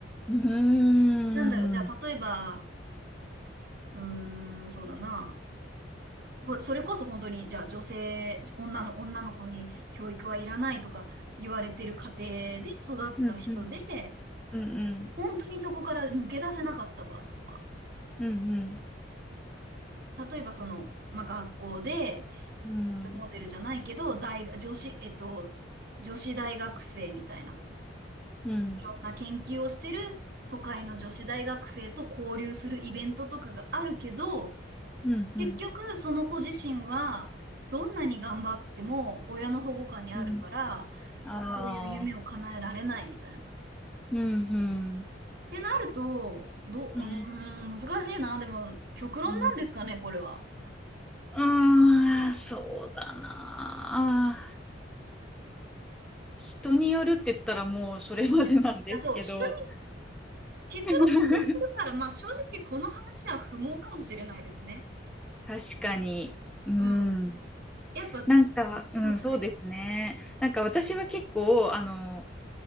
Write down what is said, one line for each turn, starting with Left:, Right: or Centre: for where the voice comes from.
Centre: うーん、
Right: なんだろう、じゃあ例えば、
Centre: うん、
Right: うーん、そうだな。ほそれこそ本当に、じゃあ女性、女の、女の子に教育はいらないとか言われてる家庭で育った人で、
Centre: うん、うん、うん、
Right: 本当にそこから抜け出せなかった場合とか、
Centre: うん、うん、
Right: 例えばその、まあ、学校で、
Centre: うん、
Right: モデルじゃないけど、大学、女子、えっと、女子大学生みたいな、
Centre: うん、
Right: いろんな研究をしてる都会の女子大学生と交流するイベントとかがあるけど、
Centre: うん、
Right: 結局その子自身は、どんなに頑張っても親の保護下にあるから、
Centre: うん。ああ、
Right: こういう夢を叶えられないみたいな。っ
Centre: うん、うん、
Right: てなると、どう、
Centre: うん、
Right: うーん、難しいな。でも、極論なんですかね、
Centre: うん。
Right: これは。
Centre: うーん、そうだなあ。人によるって言ったらもうそれまでなんですけど。
Right: もうね、いや、そう、人に結論聞いてるから、
Centre: <laughs>
Right: まあ正直この話は不毛かもしれないですね。
Centre: 確かに。うん。
Right: うん。やっぱ、は
Centre: なんか、うん、そうですね。
Right: いはい。
Centre: なんか私は結構、あの、